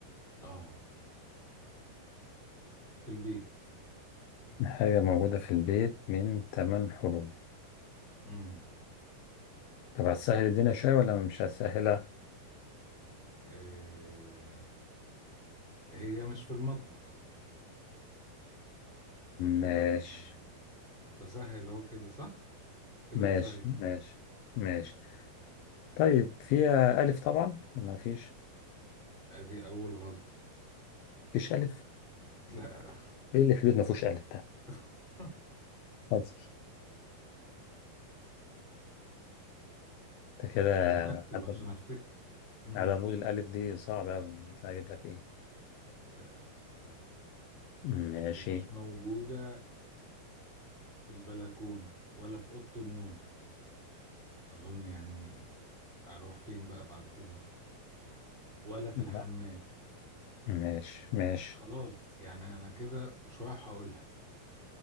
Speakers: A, in the centre; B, on the left.
A: اه في البيت
B: حاجة موجودة في البيت من تمن حروف
A: امم
B: طب هتسهل الدنيا شوية ولا مش هتسهلها
A: أه هي مش في المطبخ أظن
B: ماشي
A: يعني بسهل أهو كده صح؟ كده
B: ماشي
A: بسهل
B: ماشي ماشي طيب فيها ألف طبعا ولا مفيش
A: أدي أول غلطة
B: مفيش ألف
A: لا
B: ايه اللي في البيت ما فيهوش الف ده
A: <laughs>
B: حاضر ده كده
A: ده أنا بكتب
B: عدم
A: عشان أفتكر امم
B: عدم وجود الالف دي صعبه قوي هجيب لك ايه
A: ط- طيب
B: ماشي
A: ومش موجودة في البلكونة ولا في أوضة النوم أظن يعني أروح فين بقى بعد كده ولا في
B: لا
A: الحمام
B: ماشي ماشي
A: خلاص يعني أنا كده شوية هقولها